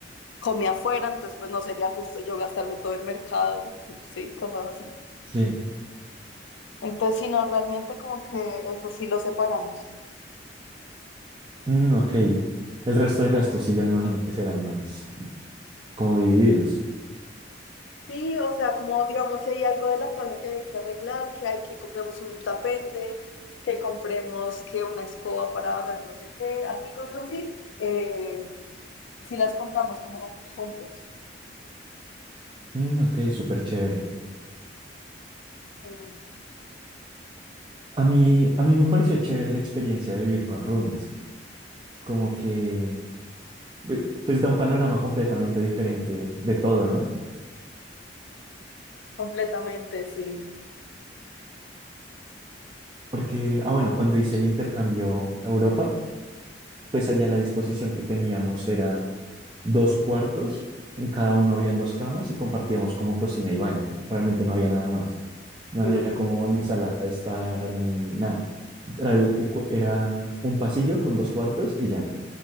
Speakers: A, on the left; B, on the right.
A: come afuera, entonces pues no sería justo yo gastarme todo el mercado, <laughs> sí, cosas así.
B: Sí.
A: Entonces, si no, realmente como que eso sí lo separamos.
B: Mm, ok. El resto de gastos sí, ya me imagino que serán más como divididos.
A: Sí, o sea, como digamos, si hay algo de la casa que hay que arreglar, que hay que compremos un tapete, que compremos que una escoba para barrer no sé qué, así cosas así, eh, si las compramos como juntos,
B: Mm, ok, súper chévere.
A: mm,
B: A mí, a mí me pareció chévere la experiencia de vivir con roomies. Como que, bu- pues da un panorama completamente diferente de todo, ¿no?
A: completamente, sí.
B: Porque, ah, bueno, cuando hice el intercambio a Europa, pues allá la disposición que teníamos era dos cuartos, en cada uno habían dos camas y compartíamos como cocina y baño. Realmente no había nada más. No
A: Sí.
B: había como ni sala de estar ni nada. Era, el- el cua- era un pasillo con dos cuartos y ya.